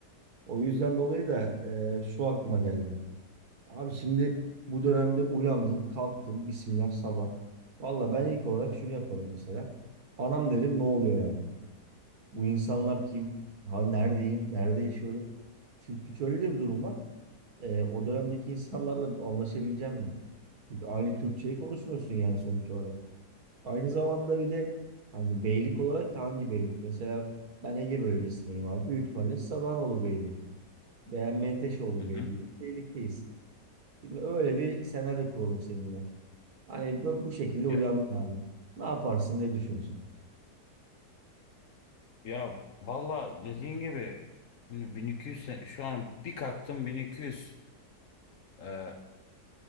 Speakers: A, on the right; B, on the left.
A: O yüzden dolayı da e, şu aklıma geldi. Abi şimdi bu dönemde uyandın, kalktın, bismillah sabah. Valla ben ilk olarak şunu yaparım mesela. Anam derim ne oluyor yani? Bu insanlar kim? Ha, neredeyim? Nerede yaşıyorum? Çünkü şöyle de bir durum var. E, o dönemdeki insanlarla anlaşabileceğim mi? Çünkü aynı Türkçeyi konuşmuyorsun yani sonuç olarak. Aynı zamanda bir de hani beylik olarak da hangi beylik? Mesela ben Ege bölgesindeyim abi. Büyük ihtimalle Sarıhanoğlu Beyliği. Beğen Menteşoğlu
B: Hı hı.
A: Bey'le birlikteyiz. Şimdi öyle bir senaryo kuralım seninle. Hani bu bu şekilde uyandın
B: Ya,
A: abi. Ne yaparsın, ne düşünsün?
B: ya valla dediğin gibi şimdi 1200 sen- şu an bir kalktım 1200. Ee,